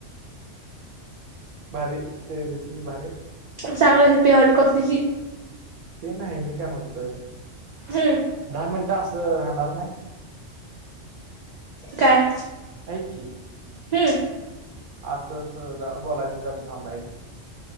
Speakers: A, on the right; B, on the right.
A: भारी <unintelligible> दिसली भारी आहे.
B: सांगायची पी हॉट कॉफी जी.
A: ते नाही मी काय म्हणतोय
B: हम्म.
A: दहा मिनटं असं राहणार नाय.
B: काय
A: ऐक की
B: हम्म.
A: असंच जरा बोलायचं जरा थांबयचं.